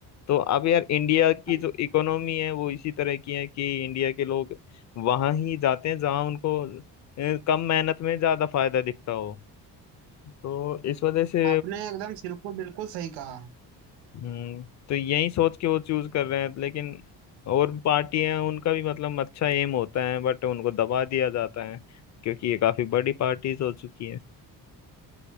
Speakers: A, on the left (about 40°); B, on the right (about 85°).
A: तो अब यार इंडिया की
B: हाँ
A: जो इकोनॉमी है वो इसी तरह की है कि इंडिया के लोग वहां ही जाते हैं जहां उनको अ, कम मेहनत में ज्यादा फायदा दिखता हो तो इस वजह से
B: आपने एकदम बिल्कुल बिल्कुल सही कहा
A: हम्म तो यही सोच के वो चूज कर रहे हैं लेकिन और पार्टी हैं उनका भी मतलब अच्छा एम होता है बट उनको दबा दिया जाता है क्योंकि ये काफी बड़ी पार्टीज हो चुकी है